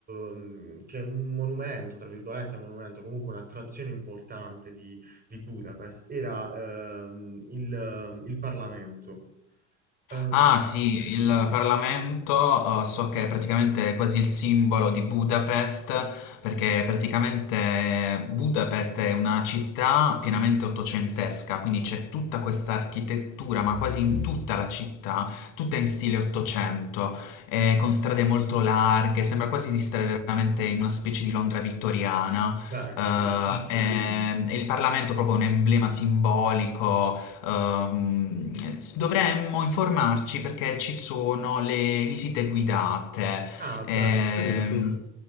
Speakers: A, on the right; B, on the left.
A: ehm, che un monumento, tra virgolette, un monumento, comunque un'attrazione importante di Budapest era ehm, il, ehm, il Parlamento. Eh,
B: Ah sì, il Parlamento eh, so che è praticamente quasi il simbolo di Budapest, perché praticamente Budapest è una città pienamente ottocentesca, quindi c'è tutta questa architettura, ma quasi in tutta la città, tutta in stile ottocento, eh, con strade molto larghe, sembra quasi di stare veramente in una specie di Londra vittoriana.
A: beh, carino.
B: eh, Ah, che bello. e e il Parlamento è proprio un emblema simbolico, Ehm, s- dovremmo informarci perché ci sono le visite guidate.
A: Ah,
B: Mm, sì, Ehm,
A: beh, beh, beh.